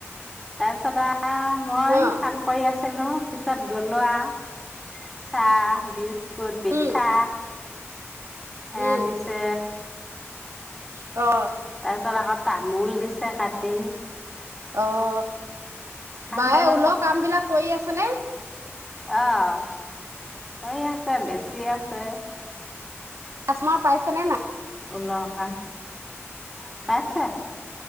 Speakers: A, in the centre; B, on the right.
A: তাৰপিছত আও আও, মই
B: অ',
A: কাম কৰি আছ ছিলো, পিছত গ'লো আও, চাহ, বিচ স্কুট, পিঠা
B: উম,
A: সেয়া
B: উম,
A: দিছে।
B: অ'।
A: তাৰপিছত আকৌ তামোল দিছে কাটি।
B: অস'।
A: কাম
B: বায়ে
A: কৰিব
B: ঊলৰ কাম বিলাক কৰি আছ হয়নে?
A: অ', কৰি আছে, বেচি আছে।
B: স্মা পাইছেনে নাই?
A: <unintelligible> পাইছে।